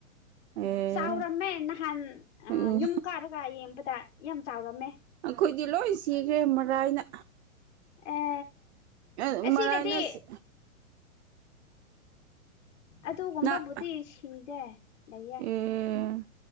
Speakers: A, on the right; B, on the left.
A: ꯑꯦ
B: ꯆꯥꯎꯔꯝꯃꯦ ꯅꯍꯥꯟ
A: ꯎꯝ
B: ꯌꯨꯝ ꯀꯥꯔꯒ ꯌꯦꯡꯕꯗ ꯌꯥꯝ ꯆꯥꯎꯔꯝꯃꯦ
A: ꯑꯩꯈꯣꯏꯗꯤ ꯂꯣꯏ ꯁꯤꯈ꯭ꯔꯦ ꯃꯔꯥꯏꯅ
B: ꯑꯦ
A: ꯑ
B: ꯑꯁꯤꯗꯗꯤ
A: ꯃꯔꯥꯏꯅꯁꯤ
B: ꯑꯗꯨꯒꯒꯨꯝꯕꯕꯨꯗꯤ
A: ꯅ
B: ꯁꯤꯗꯦ ꯂꯩꯌꯦꯦ
A: ꯑꯦ